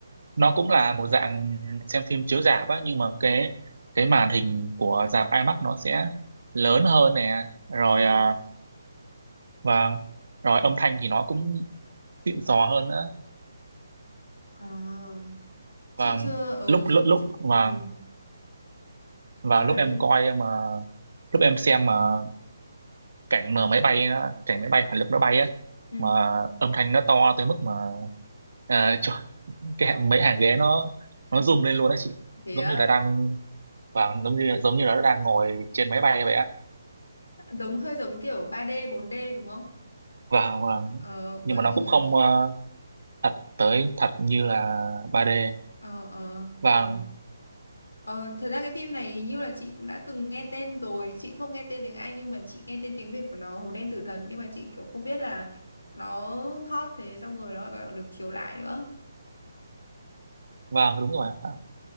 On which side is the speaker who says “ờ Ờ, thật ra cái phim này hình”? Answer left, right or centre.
Left